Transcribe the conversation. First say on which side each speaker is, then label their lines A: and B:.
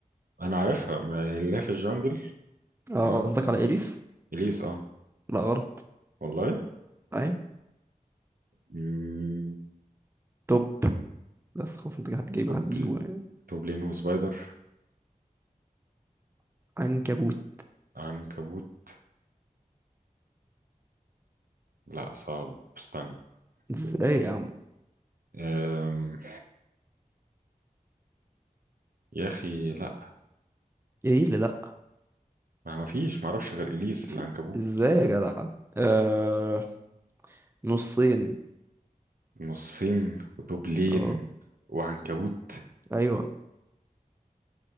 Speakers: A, on the right; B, on the right.
A: انا عارفها ما هي اللي هي في الجنجل
B: اه
A: تمام
B: قصدك على اليس
A: اليس اه
B: لا غلط
A: والله
B: اي
A: مم.
B: توب بس خلاص انت هتجيبه
A: توبل
B: هتجيبه يعني
A: توبلين وسبايدر
B: عنكبوت
A: عنكبوت لا صعب استنى
B: ازاي
A: توبلين
B: يا عم
A: أم... يا اخي لا
B: ايه اللي لا
A: ما ما فيش ما اعرفش غير اليس
B: في
A: العنكبوت
B: ازاي يا جدع آه... نصين
A: نصين وتوبلين
B: اه
A: وعنكبوت
B: ايوه